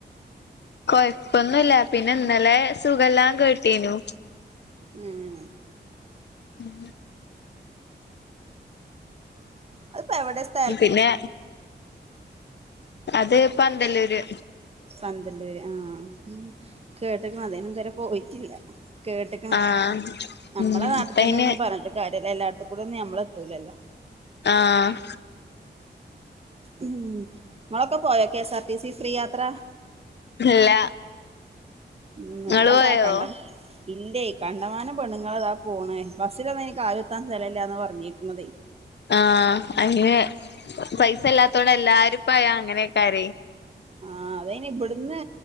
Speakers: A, on the left (about 70°); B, on the right (about 35°).
A: കൊഴപ്പൊന്നുല്ല പിന്നെ ഇന്നലെ സുഖല്ലാം കേട്ടീനു
B: ഉം
A: ഉം
B: അത്പ്പൊ എവിടെ സ്
A: പിന്നെ അത് പന്തല്ലൂര്
B: പന്തല്ലുര് ആഹ കേട്ടക്ണ് അതന് ഇതുരെ പോയിറ്റില്ല കേട്ടിക്കണ്
A: ആഹ്
B: നമ്മളെ
A: ഉം
B: നാട്ടി
A: ഇപ്പയിന്
B: തന്നെ ഒന്നും പറഞ്ഞിട്ട് കാര്യല്ല എല്ലായിടത്തും കൂടെ ഒന്നും നമ്മളെത്തൂലല്ലോ
A: ആഹ്
B: ഉ ങ്ങളൊക്കെ പോയോ K S R T C free യാത്ര
A: ഇല്ല
B: ഉം
A: ഇങ്ങള്
B: എവിടെ അതാ
A: പോയോ
B: കണ്ട. ഇല്ലേ കണ്ടമാനം പെണുങ്ങൾതാ പോണേ ബസ്സിലൊന്നും ഇനി കാല എത്താൻ സ്ഥലമില്ലെന്നു പറഞ്ഞിരിക്കുന്നുന്നത്
A: ആഹ അങ്ങെ പൈസല്ലാത്തോണ്ട് എല്ലാരുംപ്പയാ അങ്ങനെയൊക്കാര
B: ആഹ അതായിന് ഇബട്ന്ന്